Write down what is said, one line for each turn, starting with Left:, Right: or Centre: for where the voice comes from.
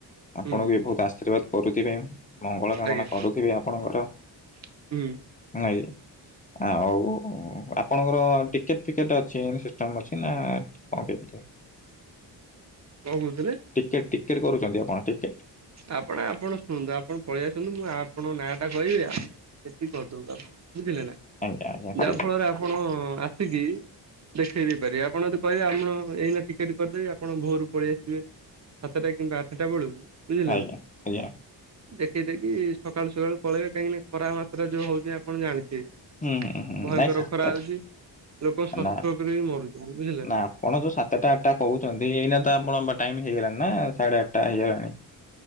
Left: ଆପଣଙ୍କୁ
Right: ହୁଁ
Left: ବି ବହୁତ ଆଶୀର୍ବାଦ କରୁଥିବେ। ମଙ୍ଗଳ କାମନା
Right: ଆଜ୍ଞା
Left: କରୁଥିବେ ଆପଣଙ୍କର
Right: ହୁଁ ହୁଁ
Left: ହେଲା କି। ଆଉ ଆପଣଙ୍କର ଟିକେଟ ଫିକେଟ ଅଛି ସିଷ୍ଟମ ଅଛି ନା କଣ କେମିତି?
Right: କଣ କହୁଥିଲେ?
Left: ଟିକେଟ ଟିକେଟ କରୁଛନ୍ତି ଆପଣ ଟିକେଟ
Right: ଆପଣ, ଆପଣ ଶୁଣୁ ନାହାନ୍ତି। ପଳେଇ ଆସିଲୁ, ମୁଁ ଆପଣଙ୍କ ନାଁ ଟା କହିବି, ଆମେ ଟିକଟେଟି କରିଦେବୁ ଆପଣ ବୁଝିଲେ ନା,
Left: ଆଜ୍ଞା ଆଜ୍ଞା
Right: ଯାହା
Left: ଠିକ
Right: ଫଳରେ ଆପଣ ଆସିକି ଦେଖେଇ ଦେଇ ପାରିବେ, ଆପଣ ଯଦି କହିବେ ଆପଣ, ଏଇନା ଟିକେଟ କରିଦେବି ଆପଣ ଭୋର ପଳେଇଆସିବେ, ସାତଟା କିମ୍ବା ଆଠଟା ବେଳକୁ ବୁଝିଲେ
Left: ଆଜ୍ଞା
Right: ନା
Left: ଆଜ୍ଞା।
Right: ଦେଖେଇ ଦେଇକି ସକାଳୁ ସକାଳୁ ପଳେଇବେ, କାହିଁକିନା ଖରା ମାତ୍ରା ଯୋଉ ହଉଛି ଆପଣ ଜାଣିଥିବେ।
Left: ହୁଁ ହୁଁ ହୁଁ
Right: ଭୟଙ୍କର
Left: ନାଇଁ <unintelligible>
Right: ଖରା ହଉଛି ଲୋକ ସଂଷ୍ଟ୍ରୋକରେ
Left: ନା, ନା,
Right: ବି ମରୁଛନ୍ତି ବୁଝିଲେ ନା।
Left: ଆପଣ ଯୋଉ ସାତଟା ଆଠଟା କହୁଛନ୍ତି, ଏଇନା <unintelligible> ଟାଇମ ହେଇଗଲାଣି ନା ସାଢେ ଆଠଟା ହେଇଗଲାଣି।